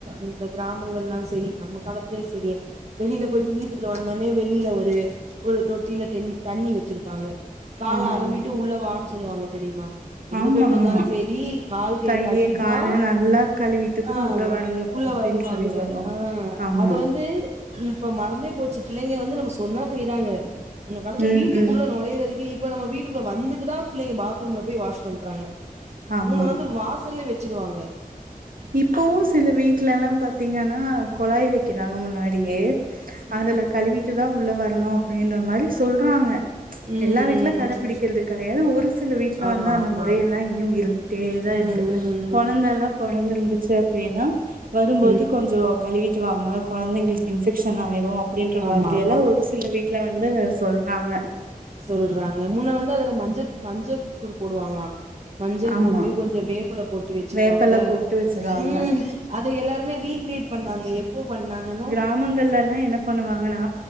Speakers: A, on the right (about 45°); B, on the right (about 70°).
A: இந்த கிரா ராமங்கள்லா செரி நம்ம காலத்துலயு செரி வெளில போயிட்டு வீட்டுகுல்ல வந்தோனே வெளில ஒரு ஒரு தொட்டியல தெண்ணி தண்ணி வெச்சிருப்பாங்க கால
B: ஆமாங்க
A: அலம்பிட்டு உள்ள வான் சொல்லுவாங்க தெரியுமா எங்க
B: ஆமா
A: போயிட்டு வந்தால்
B: ஆமா
A: செரி கால் கெய்
B: கையி
A: கழு வீட்டுதா
B: கால நல்லா கழுவிட்டு தா
A: அ
B: உள்ள வரணு
A: உள்ள
B: அப்டின்னு
A: வருவாங்க
B: சொல்லி சொல்லுவோ
A: அ
B: ஆமா
A: அத வந்து இப்ப மறந்தே போச்சிட்டு பிள்ளைங்க வந்து நம்ம சொன்னா செய்யறாங்க முன்ன காலத்து
B: ம்
A: வீட்டுக்குள்ள
B: ம்
A: நுழைறதுக்கே இப் ப நம்ம வீட்டுக்குள்ள வந்துட்டுதா பிள்ளைங்க பாத்ரூம்ல போய் வாஷ் பண்டு வராங்க
B: ஆமா
A: முன்ன வந்து வாசல்ல வெச் சிடுவாங்க
B: இப்பவு சில வீட்டுல எல்லா பாத்தீங்கன்னா கொழாய் வெக்கிறாங்க முன்னாடியே
A: ம்
B: அதுல கழுவிட்டுதா உள்ள வரணு அப்டின்ற மாரி சொல்றாங்க
A: ம்
B: எல்லா
A: ம்
B: வீட்டுல
A: ம்
B: கடபிடிக்கிறது கெடையாது ஒரு சில வீட்டுல
A: ஆமா
B: வந்து அந்த
A: ஆமா
B: மொறைய எல்லா இன்னியு இருந்துட்டேதா
A: ம்
B: இருக் கு
A: ம்
B: கொழந்தல்லா பொறந்துருந்துச்சி அப்டின்னா வரும்போது
A: ம் ம்
B: கொஞ்சோ கழுவிட்டு வாங்க கொழந்தைங்களுக்கு இன்ஃபெக்ஷன் ஆயிரு அப்டின்ற
A: ஆமா
B: மாதிரி
A: ஆமா
B: எல்லா ஒரு சில வீட்டுல வந்து சொல்றாங்க
A: சொல்றாங்க முன்ன வந்து அதுல மஞ்சத் மஞ்சள் தூள் போடுவாங்களா மஞ்சள்
B: ஆமா
A: போட்டு கொஞ்சோ வேப்பல போட் டு வெச்சிக்குவாங்க
B: வேப்பெல போட்டு வச்சிருவாங்க
A: ம் அத எல்லாருமே ரீக்ரியேட் பண்ணாங்க எப்போ பண்ணாங்கன்னா
B: கிராமங்கள்ள எல்லா என்ன பண்ணுவாங்கன்னா